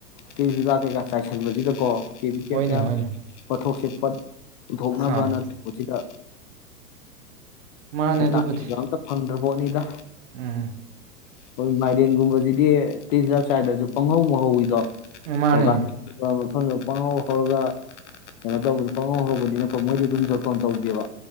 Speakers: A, on the left (about 30°); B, on the right (about 50°).
A: ꯇꯔꯤ ꯍꯤꯗꯥꯛ ꯀꯩꯀꯥ ꯆꯥꯏꯁꯟꯕꯁꯤꯗꯀꯣ ꯀꯦꯕꯤꯀꯦꯜ
B: ꯍꯣꯏꯅꯦ
A: ꯀꯌꯥ
B: ꯍꯣꯏꯅꯦ
A: ꯄꯣꯠꯊꯣꯛꯁꯦ ꯄꯨꯊꯣꯛꯅꯕ
B: ꯑꯥ
A: ꯅꯠꯇ ꯁꯤꯗ
B: ꯃꯥꯅꯦ ꯑꯗꯨꯕꯨꯗꯤ
A: ꯇꯥ ꯐꯪ ꯕꯅꯤꯗ
B: ꯎꯝ
A: ꯍꯣꯏ ꯃꯥꯏꯔꯦꯟꯒꯨꯝꯕꯁꯤꯗꯤ ꯇꯤꯖꯔ ꯆꯥꯏꯗꯁꯨ ꯄꯪꯍꯧ ꯃꯍꯧꯋꯤꯗꯣ
B: ꯎꯝ, ꯃꯥꯅꯦ
A: ꯑꯣ <unintelligible> ꯄꯥꯉꯥꯎ ꯍꯧꯔꯒ ꯀꯩꯅꯣ ꯇꯧꯕꯅꯤ ꯄꯥꯉꯥꯎ ꯍꯧꯕꯅꯤꯅꯀꯣ ꯃꯣꯏꯗꯤ ꯑꯗꯨꯝ ꯗꯣꯇꯣꯟ ꯇꯧꯒꯦꯕ